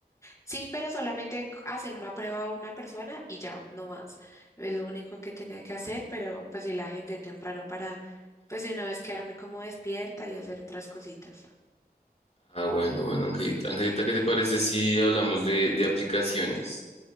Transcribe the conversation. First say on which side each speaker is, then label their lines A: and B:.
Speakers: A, on the left; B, on the left.
A: Sí, pero solamente c- hacer una prueba a una persona y ya, no más. Es lo único que tenía que hacer, pero pues sí la gente temprano para pues de una vez quedarme como despierta y hacer otras cositas.
B: Ah, bueno, bueno, Angelita. Angelita, ¿qué te parece si hablamos de, de aplicaciones?